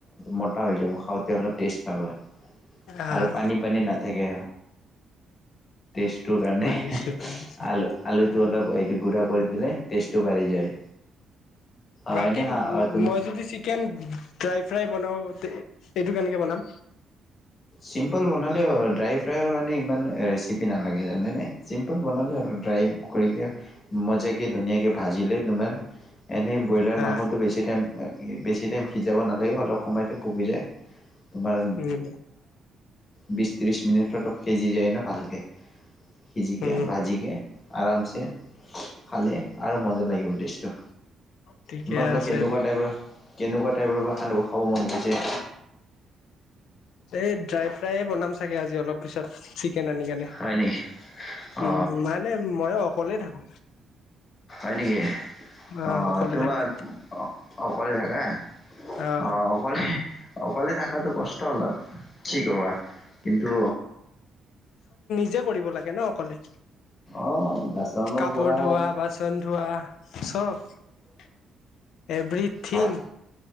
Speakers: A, on the left; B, on the left.
A: ম হৈ যাব খাওঁতে অলপ টেষ্ট পাবা
B: আহ
A: আৰু পানী পানী নাথাকে ষ্টটোৰ কাৰণে
B: বুজিছো বুজিছো
A: আলু আলুটো অলপ গু়া কৰি দিলে ষ্টেটো বাঢ়ি যায় অ
B: বাকী
A: এনে তুমি
B: মই যদি চিকেন ড্ৰাই ফ্ৰাই বনাতে এইটো কেনেকে বনাম
A: চিম্পুল বনালে ড্ৰাই ফ্ৰাইৰ কাৰণে ইমান ৰেচিপি নালাগে জানেনে চিম্পল বনালে আৰু ড্ৰাই কৰিক মজাকে ধুনীয়াকৈ ভাজিলে তমাৰ এনেই ব্ৰইলাৰ
B: হা
A: মাংসটো বেছি টাইম বেছি টাইম সিজাব নালাগে অলপ সময়তে পুগি যায় বাৰ
B: উম
A: বিছ ত্ৰিছ মিনিটতো সিজি যায় ন ভালকৈ সিজিকে
B: উম
A: ভাজিকে আৰামছে খালে আৰু মজা লাগিব ডেছটো
B: ঠিকে
A: তোমাক বা
B: আছে
A: কেনেকুৱা টাইপৰ কেনেকুৱা টাইপৰ বা খান্ খাব মন গ বজি
B: এই ড্ৰাই ফ্ৰাই বনাম চাগে আজি অলপ পিছত চ কেন কেণে
A: হয় নেকি অ
B: উম মে ময়ো অকলেই থাকো
A: হয় নেকি
B: আহ
A: অ
B: অকলে
A: তোমাৰ
B: থাকো
A: অ কলে থাকা
B: আহ
A: অ কলে অকলে থাকাতো কষ্ট অলপ কি কবা কিন্তু
B: নি যে কৰিব লাগে ন অকলে
A: অ বাচনৰ
B: কাপোৰ
A: পৰা
B: ধোৱা বাচন ধোৱা চব এভৰিথিং
A: ভাত